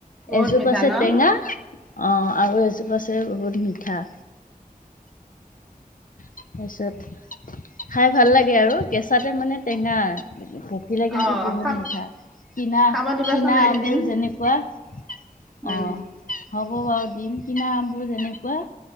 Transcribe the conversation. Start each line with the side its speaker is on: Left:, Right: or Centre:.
Centre: বহুত
Left: এজোপ
Centre: মিঠা
Left: আছে
Centre: ন
Left: টেঙা, অ' আৰু এজোপ আছে বহুত মিঠা। তাৰপিছত, খাই ভাল লাগে আৰু। কেঁচাতে মানে টেঙা। কিলে কিন্তু
Centre: অ
Left: বহুত
Centre: খাব
Left: মিঠা। কিনা
Centre: খাব দিবাচোন
Left: কিনা
Centre: একদিন
Left: আমবোৰ যেনেকুৱা অ'
Centre: উম
Left: হ'ব বাৰু দিম। কিনা আমবোৰ যেনেকুৱা